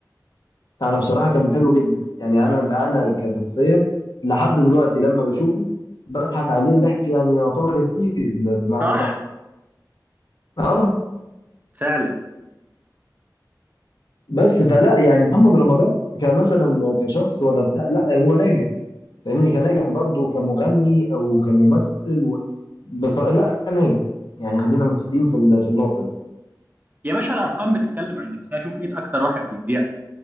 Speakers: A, on the left; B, on the right.
A: انا بصراحه كان حلو جدا يعني انا انا كشخصيا لحد دلوقتي لما بشوفه بضحك عليه ضحك يعني يعتبر هستيري ب- بمعنى
B: صح
A: صح اه
B: فعلا
A: بس فلا
B: و-
A: يعني محمد رمضان كمثلا كشخص ولا بتاع لا هو ناجح فاهمني كناجح برضه كمغني او كممثل و... بس لا ناجح يعني خلينا متفقين في ال- في النقطه دي
B: يا باشا الارقام بتتكلم عن نفسها شوف مين اكتر واحد بيبيع